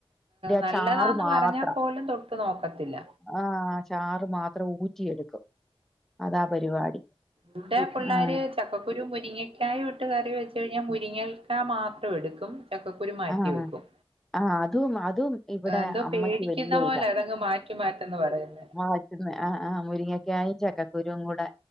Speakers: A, in the centre; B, on the right.
A: ആ
B: നല്ലതാന്ന്
A: ചാറ് മാത്രം
B: പറഞ്ഞാൽ പോലും തൊട്ട് നോക്കത്തില്ല
A: ആ ചാറ് മാത്ര അത്ര ഊറ്റിയെടുക്കും അതാ പരിപാടി
B: ഇവിടെ പിള്ളേര്
A: ആ
B: ചക്കക്കുരു മുരിങ്ങക്കായ ഇട്ട് കറി വെച്ച് കഴിഞ്ഞാൽ മുരിങ്ങക്കായ മാത്രം എടുക്കും ചക്കക്കുരു മാറ്റി
A: ആ
B: വെക്കും
A: ആ അതും അതും ഇവിടെ
B: എന്തോ
A: അമ്മയ്ക്ക്
B: പേടിക്കുന്ന
A: വലിയ
B: പോലെ
A: ഇതാ
B: അതങ്ങ് മാറ്റി മാറ്റന്ന് പറയുന്നെ
A: ആ ആഹ് ആഹ് മുരിങ്ങൊക്കെയി ചക്കക്കുരുവും കൂടെ